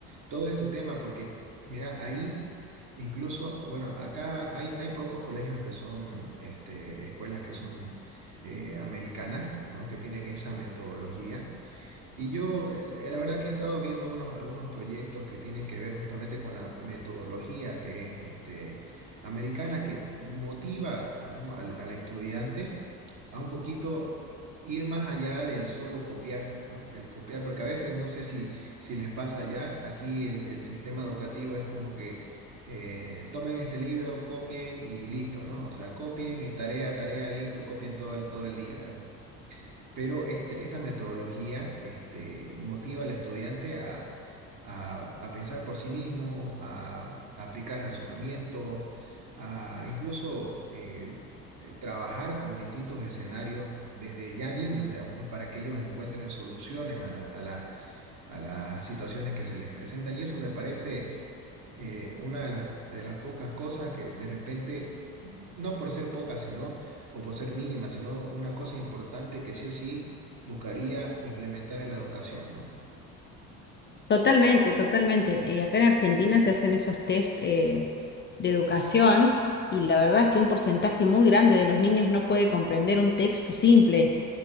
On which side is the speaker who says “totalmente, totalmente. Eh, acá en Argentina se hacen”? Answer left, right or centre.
Left